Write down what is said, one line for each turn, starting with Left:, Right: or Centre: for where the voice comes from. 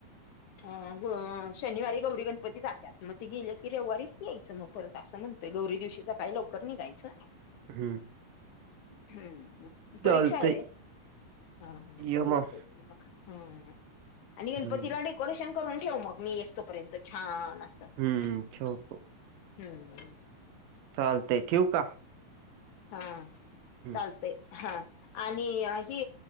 Left: अ शनिवारी गौरी गणपती जातेत. मग ते गेले की रविवारी यायचं मग. परत असं म्हणतोय गौरी दिवशी सकाळी लवकर निघायचं.
Right: हम्म.
Left: हम्म परीक्षा
Right: चालतंय.
Left: आहे रे, हां हां
Right: ये
Left: येतो.
Right: मग.
Left: मग हां आणि गणपतीला
Right: हं.
Left: डेकोरेशन करून ठेव मग मी ये ई तोपर्यंत छान अस हम्म.
Right: हं. ठेवतो. चालतय ठेऊ का?
Left: हां
Right: हं.
Left: चालतय हां आणि हे